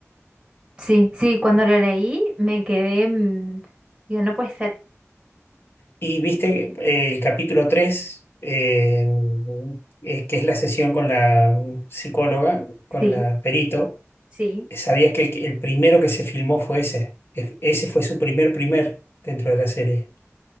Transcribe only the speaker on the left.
Y viste eh, el capítulo tres eh, eh, que es la sesión con la psicóloga, con
la perito.
¿Sabías que el, el primero que se filmó fue ese? E- Ese fue su primer primer dentro de la serie,